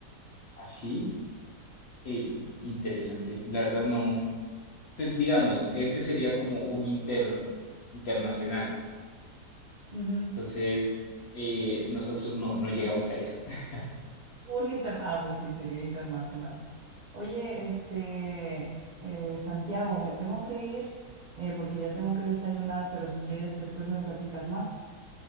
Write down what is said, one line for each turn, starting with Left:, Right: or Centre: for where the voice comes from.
Left: Así, eh, interesante. La verdad no, pues digamos, ese sería como un inter, internacional.
Right: Ujú, ujú.
Left: Entonces, eh, nosotros no, no llegamos a eso. <laughs>
Right: Un inter... Ah, pues sí, sería internacional. Oye, este, eh, Santiago, me tengo que ir eh, porque ya tengo que desayunar, pero si quieres después me platicas más.